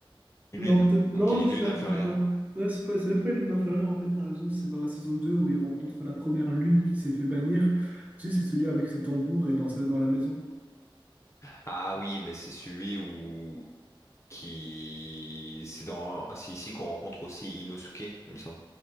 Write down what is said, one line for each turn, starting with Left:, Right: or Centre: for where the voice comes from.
Left: une
Right: Non,
Left: lune.
Right: peut-être. Non,
Left: Ok, une
Right: je dis
Left: lune
Right: n'importe
Left: inférieure.
Right: quoi. Non, c'est pas... c'est même pas une lune inférieure, en fait, t'as raison. C'est dans la saison 2 où il rencontre la première lune qui s'est fait bannir. Tu sais, c'est celui avec ses tambours et dans, sa- dans la maison.
Left: Ah oui, mais c'est celui où qui. C'est dans. C'est ici qu'on rencontre aussi Inosuke, il me semble.